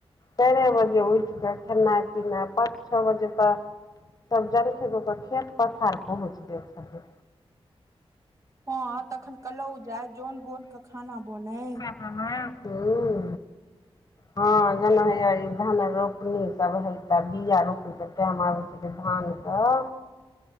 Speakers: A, on the left; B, on the right.
A: चाइरे बजे उइठ कऽ खेनाइ पीनाइ पाँच छ बजे तऽ। तब जलखे कऽ कऽ खेत पथार पहुँच जाय छथिन।
B: हँ तखन कलौ जाय जन बोन कऽ खाना बनेै।
A: अहाँ कऽ उ हँ। जेना हइया ई धान रोपनी सब हय तऽ बीआ रोपनी के टाइम आबै छै धान कऽ